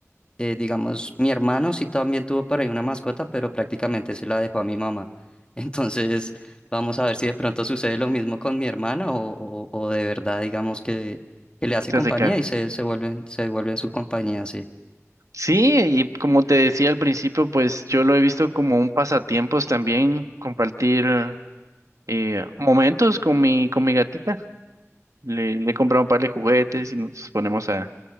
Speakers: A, on the left; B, on the right.
A: eh, digamos, mi hermano sí también tuvo por ahí una mascota, pero prácticamente se la dejó a mi mamá. <laughs> Entonces, vamos a ver si de pronto sucede lo mismo con mi hermana o, o, o de verdad, digamos, que, que le hace
B: Se
A: compañía
B: hace cargo.
A: y se, se vuelven, se vuelven su compañía, sí.
B: Sí, y como te decía al principio, pues yo lo he visto como un pasatiempos también, compartir eh, momentos con mi, con mi gatita. Le, le he comprado un par de juguetes y nos ponemos a